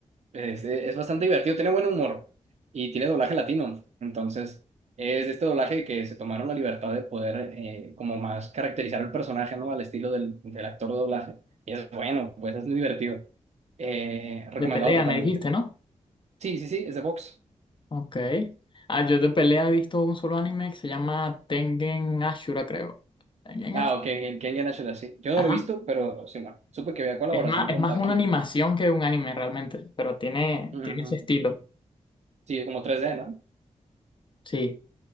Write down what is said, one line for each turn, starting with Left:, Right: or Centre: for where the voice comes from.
Right: Es, es bastante divertido, tiene buen humor y tiene doblaje latino. Entonces, es este doblaje que se tomaron la libertad de poder eh, como más caracterizar el personaje, ¿no? Al estilo del, del actor de doblaje. Y es bueno, pues es muy divertido. Eh, recomendado
Left: De pelea
Right: totalmente.
Left: me dijiste, ¿no?
Right: Sí, sí, sí, es de Vox.
Left: Ok. Ah, yo de pelea he visto un solo anime que se llama Tengen Ashura, creo. Tengen
Right: Ah,
Left: Ashura.
Right: ok, el Ken Yanashiro, sí. Yo no
Left: Ajá.
Right: lo he visto, pero sí, no. Supe que había colaboración
Left: Es más, es
Right: con
Left: más
Right: Baki.
Left: una animación que un anime realmente, pero tiene,
Right: Ujú.
Left: tiene ese estilo.
Right: Sí, como 3D, ¿no?
Left: Sí.